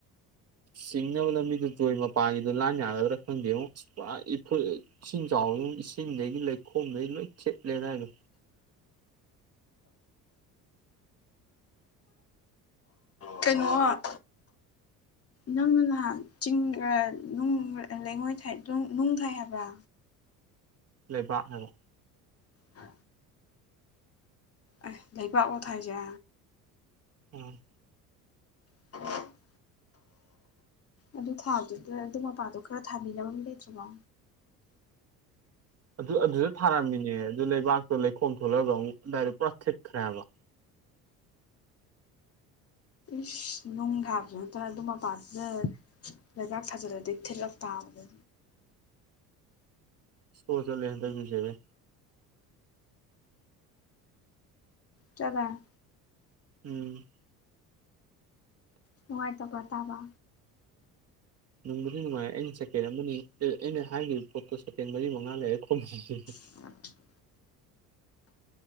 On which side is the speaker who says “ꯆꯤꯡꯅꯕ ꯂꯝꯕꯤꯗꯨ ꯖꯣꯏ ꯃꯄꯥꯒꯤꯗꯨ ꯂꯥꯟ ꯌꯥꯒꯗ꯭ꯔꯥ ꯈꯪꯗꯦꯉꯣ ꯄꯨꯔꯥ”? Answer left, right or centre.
Right